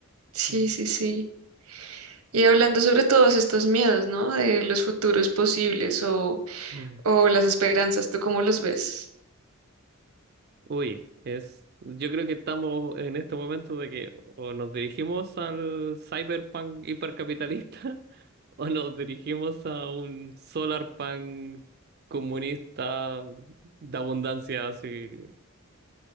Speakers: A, on the right (about 85°); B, on the right (about 45°).
A: Sí,
B: Mm,
A: sí, sí. Y hablando sobre todos estos miedos, ¿no? De los futuros posibles o,
B: mm.
A: o las esperanzas, ¿tú cómo los ves?
B: Uy, es, yo creo que estamos en este momento de que o nos dirigimos al cyberpunk hipercapitalista o nos dirigimos a un solar pan comunista de abundancia, así,